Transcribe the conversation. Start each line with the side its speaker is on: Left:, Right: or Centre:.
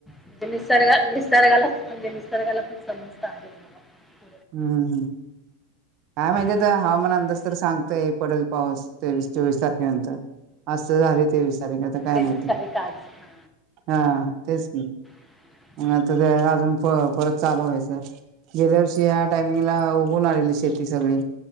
Centre: म्हणजे निसर्ग - निसर्गाला म्हणजे निसर्गाला पण समजत आहेच बघ.
Right: हम्म्, काय माहितीय
Centre: म्हणून
Right: तर हवामान
Centre: तेच सांगत
Right: अंदाज तर सांगतयहा पडेल पाऊस, तेवीस चोवीस तारखेनंतर. आज झाले तेवीस तारीख आता काय
Centre: तेवीस
Right: माहिती?
Centre: तारीख आज हा.
Right: हा तेच की.
Centre: <unintelligible>
Right: ग आता ते अजून प परत चालू व्हायचं, गेल्या वर्षी या टायमिंगला उघून आलेली शेत. ती सगळी.